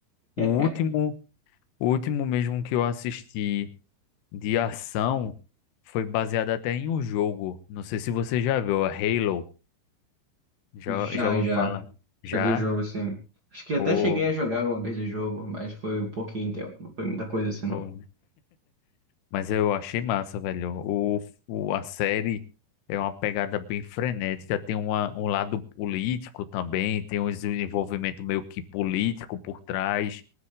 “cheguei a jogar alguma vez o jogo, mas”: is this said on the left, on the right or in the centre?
Right